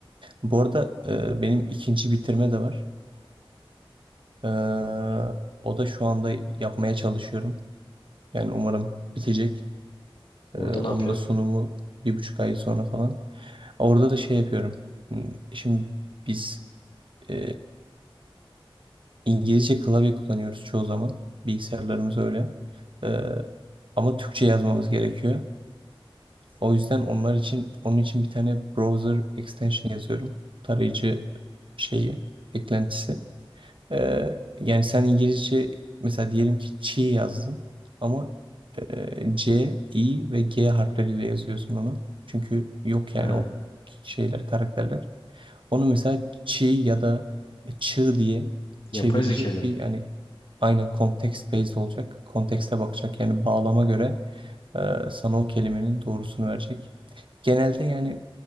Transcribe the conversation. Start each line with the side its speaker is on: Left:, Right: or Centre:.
Right: Bu arada e, benim ikinci bitirme de var. Ee, o da şu anda yapmaya çalışıyorum. Yani umarım bitecek.
Left: Orada
Right: Ee, onun
Left: ne yapıyorsun?
Right: da sunumu bir buçuk ay sonra falan. Orada da şey yapıyorum. Hmm, Şimdi biz e, İngilizce klavye kullanıyoruz çoğu zaman. Bilgisayarlarımız öyle. Ee, ama Türkçe yazmamız gerekiyor. O yüzden onlar için onun için bir tane browser extension yazıyorum. Tarayıcı şeyi, eklentisi. Ee, yani sen İngilizce mesela diyelim ki çi yazdım ama e, C, I ve G harfleriyle yazıyorsun onu. Çünkü yok yani
Left: Ha,
Right: o şeyler, karakterler. Onu mesela çi ya da çığ diye
Left: yapay
Right: çevirecek
Left: zekayla
Right: bir
Left: mı?
Right: yani aynen context based olacak. Kontekste bakacak yani bağlama göre e, sana o kelimenin doğrusunu verecek. Genelde yani